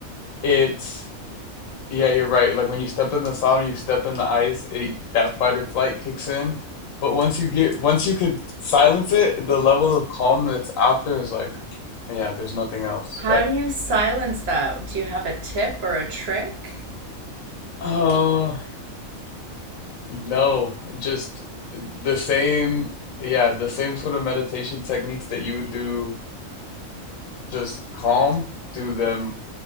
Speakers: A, on the left; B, on the right.
A: it's Yeah, you're right. Like when you step in the sauna, you step in the ice, it, that fight or flight kicks in. But once you get, once you could silence it, the level of calm that's after is like, yeah, there's nothing else.
B: how
A: Eh,
B: do you silence that do you have a tip or a trick
A: Oh, no, just the same, yeah, the same sort of meditation techniques that you would do just calm, do them